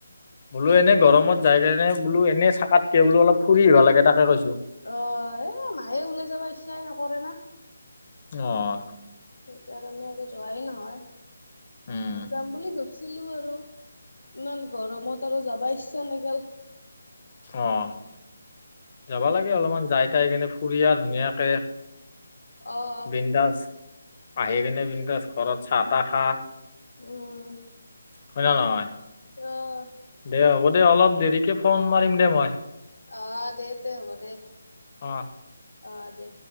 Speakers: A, on the left; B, on the left.
A: বোলো এনে গৰমত যাই কেনে বোলো এনে থাকাতকে বোলো অলপ ফুৰি আহিবা লাগে তাকে কৈছো।
B: অ', এই মায়েই ওলাই যাব ইচ্ছাই নকৰে না।
A: অহ।
B: সেইকাৰণে আৰু যোৱাই নহয়,
A: উম
B: যাম বুলি ভাব ছিলো আৰু, ইমান গৰমত আৰু যাবা ইচ্ছা নেগেল।
A: অহ। যাব লাগে অলপমান, যাই তাই কেনে ফুৰিয়া ধুনীয়াকে
B: অ',
A: বিন্দাজ। আহি কিনে বিন্দাছ ঘৰত চাহ তাহ খা।
B: উম।
A: হয় নে নহয়।
B: অহ।
A: দে হ'ব অলপ দেৰিকে ফোন মাৰিম দে মই।
B: অ', দে তে হ'ব দে।
A: অহ।
B: অ', দে।